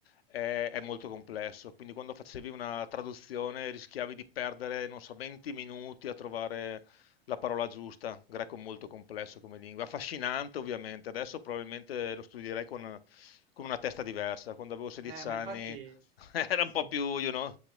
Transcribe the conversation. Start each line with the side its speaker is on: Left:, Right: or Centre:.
Left: è, è molto complesso, quindi quando facevi una traduzione rischiavi di perdere, non so, 20 minuti a trovare la parola giusta. Greco molto complesso come lingua. Affascinante, ovviamente. Adesso probabilmente lo studierei con, con una testa diversa. Quando avevo 16
Right: Eh, ma
Left: anni
Right: infatti,
Left: <laughs> era
Right: sì,
Left: un po' più, you know,